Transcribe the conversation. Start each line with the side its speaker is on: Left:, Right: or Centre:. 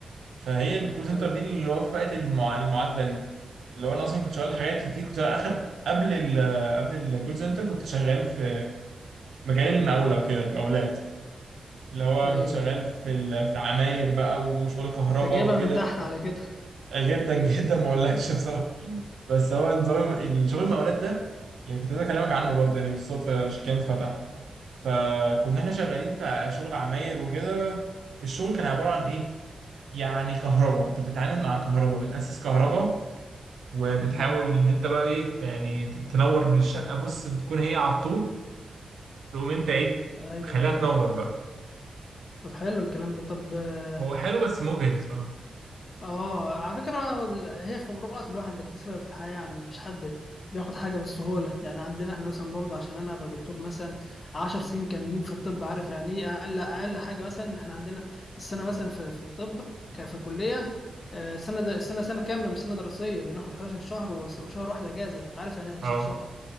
Right: فهي الكول سنتر
Left: ايوه
Right: دي اللي وفقت المع... المعادلة دي لو انا اصلا كنت شغال حاجات كتير كنت اخر قبل ال قبل الكول سنتر كنت شغال في مجال المقاولة وكده مقاولات اللي هو
Left: ايوه
Right: كنت شغال
Left: ايوه
Right: في ال- في العماير بقى وشغل كهرباء
Left: انت جايبها
Right: وكده
Left: من تحت على كده
Right: جدا <laughs> جدا ما اقولكش بصراحة بس هو نظام الشغل
Left: اه
Right: المقاولات ده يعني كنت عايز اكلمك عنه برضه يعني بالصدفة الكلام اتفتح فكنا احنا شغالين في شغل عماير وكده الشغل كان عبارة عن ايه يعني كهرباء انت بتتعامل مع كهرباء بتأسس كهرباء وبتحاول
Left: مم.
Right: ان انت بقى ايه يعني تنور من الشقه بص بتكون هي على الطوب تقوم انت ايه
Left: ايوه
Right: خليها
Left: ايوه
Right: تنور بقى
Left: طب حلو الكلام ده طب اه
Right: هو حلو بس مجهد بصراحه
Left: آه، على فكره ال- هي خبرات الواحد بيكتسبها في الحياه يعني مفيش حد بياخد حاجه بالسهوله يعني عندنا احنا مثلا برضه عشان انا ابقى دكتور مثلا 10 سنين كاملين في الطب عارف يعني ايه اقل اقل حاجه مثلا احنا عندنا السنه مثلا في في الطب ك- في كليه آه، سنه د- سنه سنه كامله مش سنه دراسيه بناخد 11 شهر وس- وشهر واحد اجازه عارف يعني إيه 11
Right: اه
Left: شهر